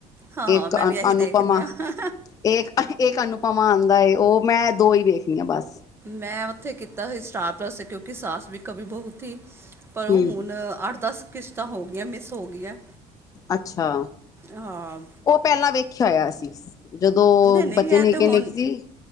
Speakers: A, on the right; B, on the left.
A: ਹਾਂ
B: ਇੱਕ
A: ਮੈਂ
B: ਅ
A: ਵੀ ਇਹੀ
B: ਅਨੁਪਮਾ
A: ਦੇਖਦੀ ਹਾਂ
B: ਇੱਕ ਅਨੁਪ ਪਮਾ ਆਂਦਾ ਏ, ਉਹ ਮੈਂ ਦੋ ਈ ਵੇਖਣੀ ਆ ਬਸ।
A: ਮੈਂ ਉੱਥੇ ਕੀਤਾ ਸੀ ਸਟਾਰ ਪਲੱਸ ਕਿਉਂਕਿ ਸਾਸ ਵੀ ਕਵੀ ਬਹੂ ਧੀ ਪਰ ਉਹ
B: ਹਮ
A: ਹੁਣ ਅੱਠ ਦਸ ਕਿਸ਼ਤਾਂ ਹੋ ਗਈਆਂ ਮਿਸ ਹੋ ਗਈਆਂ
B: ਅੱਛਾ,
A: ਹਾਂ
B: ਉਹ ਪਹਿਲਾਂ ਵੇਖਿਆ ਹੋਇਆ ਸੀ। ਜਦੋਂ
A: ਨਈ, ਨਈ
B: ਬੱਚੇ
A: ਐ
B: ਨਿੱਕੇ
A: ਤੇ ਹੁਣ
B: ਨਿੱਕੇ ਸੀ